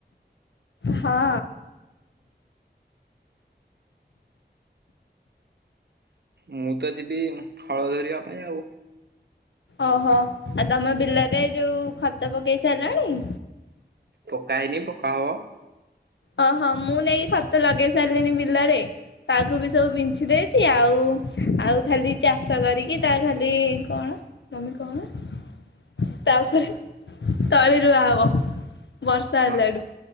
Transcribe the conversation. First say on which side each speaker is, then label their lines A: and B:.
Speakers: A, on the left (about 85°); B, on the right (about 65°).
A: ହଁ।
B: ମୁଁ ତ ଯିବି ଉଁ ହଳ ଧରିବା ପାଇଁ ଆଉ।
A: ଓହୋ ଆଉ ତମ ବିଲରେ ଯୋଉ ଖତ ପକେଇ ସାଇଲଣି?
B: ପକା ହେଇନି ପକା ହବ।
A: ଓହୋ ମୁଁ ନେଇକ ଖତ ଲଗେଇ ସାଇଲିିଣି ବିଲରେ। ତାକୁ ବି ସବୁ ବିଞଛି ଦେଇଛି ଆଉ ଆଉ ଖାଲି ଚାଷ କରିକି ତା ଖାଲି କଣ ମମି କଣ ତାପରେ ତଳିରୁୁଆ ହବ। ବର୍ଷା
B: ମା
A: ହେଲାଠୁ।